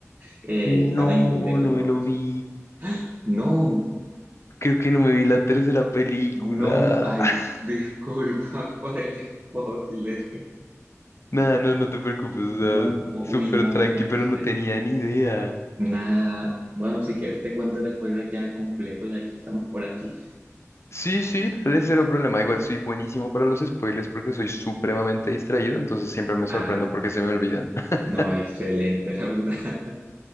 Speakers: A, on the right (about 40°); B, on the left (about 55°).
A: eh,
B: No,
A: van a incluir este
B: no
A: nuevo
B: me
A: personaje.
B: lo vi.
A: No,
B: Creo que no me vi la tercera película.
A: no, ay,
B: <laughs>
A: discúlpame por el spoiler.
B: Nada, no, no te preocupes, o
A: No, uy,
B: sea, súper
A: no,
B: tranqui,
A: yo pensé.
B: pero no tenía ni idea.
A: Nada, bueno, si quieres te cuento el spoiler ya completo, ya que estamos por aquí.
B: Sí, sí, dale cero problema. Igual soy buenísimo para los spoilers porque soy supremamente distraído, entonces siempre me sorprendo
A: Ah,
B: porque se me olvidan. <laughs>
A: no, excelente, la verdad. <laughs>